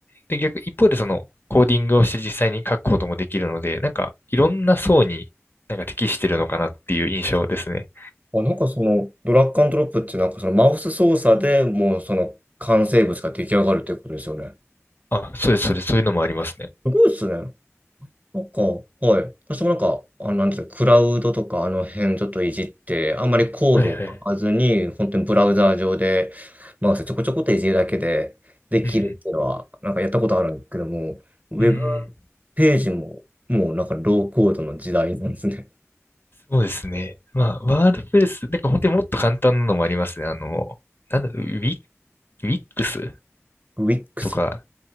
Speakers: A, on the left; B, on the right.
A: で、逆、一方でその、コーディングをして実際に書くこともできるので、なんか、いろんな層になんか適してるのかなっていう印象ですね。
B: あ、なんかその、ドラッグアンドロップってなんかそのマウス操作でもうその完成物が出来上がるってことですよね。
A: あ、そうです、そうです、そういうのもありますね。
B: すごいですね。なんか、はい。私もなんか、あ、なんていうの、クラウドとかあの辺ちょっといじって、あんまりコードを書かずに、
A: はいはい。
B: 本当にブラウザー上でマウスちょこちょこっといじるだけでできるっていうのは、
A: うん
B: なんかやったことあるんですけども、ウェブ
A: うんうん、うん
B: ページももうなんかローコードの時代なんですね。
A: そうですね。まあ、ワードプレス、なんか本当にもっと簡単なのもありますね。あの、なんだ、ウィ、ウィックス
B: <laughs> ウィックス。
A: とか、